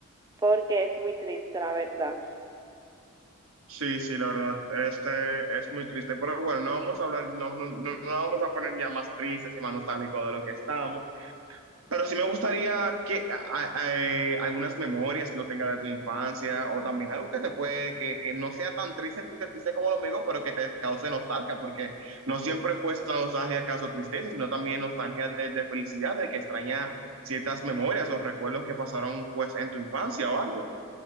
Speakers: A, on the right; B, on the right.
A: porque es muy triste, la verdad.
B: Sí, sí, la verdad, este es muy triste, pero bueno, no vamos a hablar, no, no, no no vamos a poner ya más tristes y más nostálgicos de lo que estamos, Pero sí me gustaría que a- a- eh, algunas memorias que lo tengas de tu infancia o también algo que te puede, que, que no sea tan triste, triste, triste como lo mío, pero que te cause nostalgia, porque no siempre pues la nostalgia causa tristeza, sino también nostalgia de, de felicidad, de que extraña ciertas memorias o recuerdos que pasaron pues en tu infancia o algo.